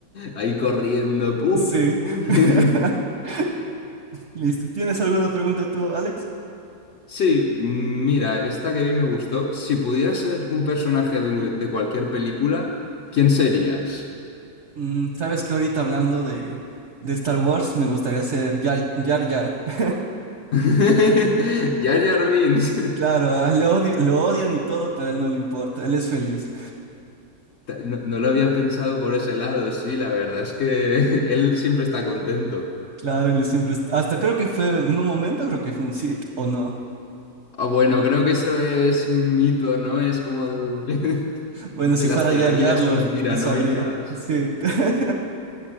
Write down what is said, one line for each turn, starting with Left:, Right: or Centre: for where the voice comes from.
Left: ahí corriendo,
Right: <laughs>
Left: pum,
Right: Sí.
Left: pum, pum.
Right: <laughs>
Left: <laughs>
Right: Listo. ¿Tienes alguna pregunta tú, Alex?
Left: Sí, mm, mira, esta que vi me gustó. Si pudieras ser un personaje de, u- de cualquier película, ¿quién serías?
Right: Mm, sabes que ahorita hablando de, de Star Wars, me gustaría ser Yar Yar. Yar. <laughs>
Left: <laughs> Jar Jar Binks. <laughs>
Right: Claro, ah, le odia- lo odian y todo, pero a él no le importa, él es feliz.
Left: Ta- No, no lo había pensado por ese lado, sí, la verdad es que <laughs> él siempre está contento.
Right: Claro, él siempre es- Hasta creo que fue, en un momento creo que fue un Sith, ¿o no?
Left: Ah, bueno, creo que eso es mito, ¿no? Es como de, <laughs>
Right: Bueno,
Left: de
Right: si
Left: las
Right: fuera
Left: teorías
Right: Yar Yar lo,
Left: conspiranoicas.
Right: lo sabría. Sí. <laughs>